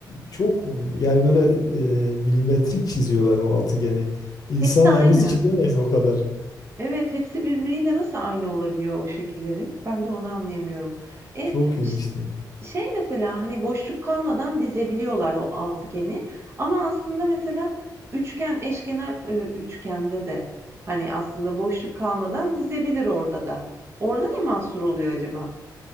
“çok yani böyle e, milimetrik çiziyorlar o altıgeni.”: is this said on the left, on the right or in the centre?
Left